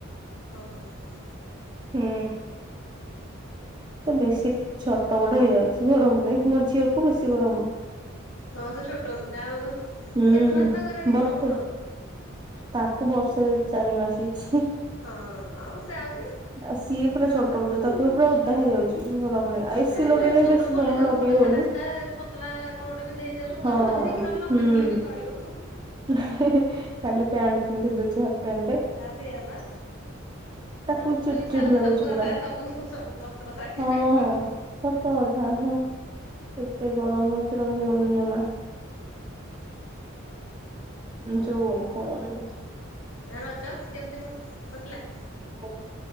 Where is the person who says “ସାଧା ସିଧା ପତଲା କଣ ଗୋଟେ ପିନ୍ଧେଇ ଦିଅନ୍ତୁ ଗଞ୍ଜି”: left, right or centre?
Left